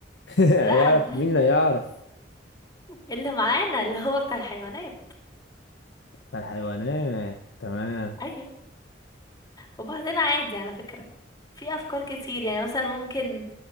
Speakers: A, on the left; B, on the left.
A: <laughs> هيعرف
B: لا <laughs>
A: مين اللي هيعرف
B: اللي معانا اللي هو بتاع الحيوانات
A: بتاع الحيوانات تمام
B: ايوه وبعدين عادي على فكره في افكار كتير يعني مثلا ممكن